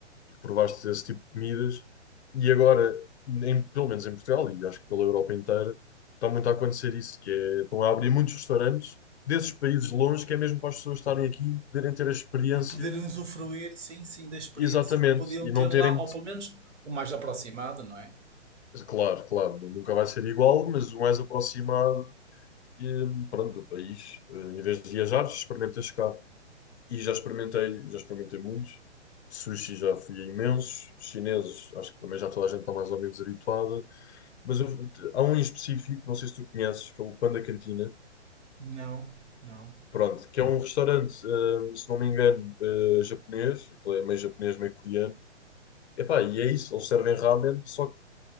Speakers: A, on the left (about 65°); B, on the right (about 80°).
A: e que provaste esse tipo de comidas. E agora, em- pelo menos em Portugal, e acho que pela Europa inteira, está muito a acontecer isso, que é, estão a abrir muitos restaurantes desses países longe, que é mesmo para as pessoas estarem aqui e poderem ter a experiência
B: E poderem usufruir, sim, sim, da experiência
A: exatamente,
B: que podiam
A: e
B: ter
A: não
B: lá,
A: terem,
B: ou
A: de-
B: pelo menos o mais aproximado, não é?
A: claro, claro, nunca vai ser igual, mas o mais aproximado e, pronto, do país. Eh, Em vez de viajar, experimentas cá. E já experimentei, já experimentei muitos. Sushi já fui a imensos. Chineses, acho que também já toda a gente está mais ou menos habituada. Mas eu- há um em específico, não sei se tu conheces, que é o Panda Cantina.
B: Não, não.
A: Pronto, que é um restaurante, eh, se não me engano, eh, japonês. Aquilo é meio japonês, meio coreano. Epá, e é isso, eles servem ramen, só que